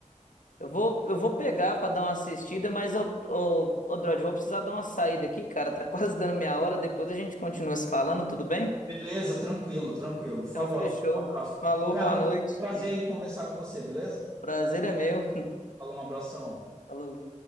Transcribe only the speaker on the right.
Beleza, tranquilo, tranquilo. Falou,
Rafael, um abraço.
Cara,
um
prazer aí conversar com você, beleza?
Falou, um abração.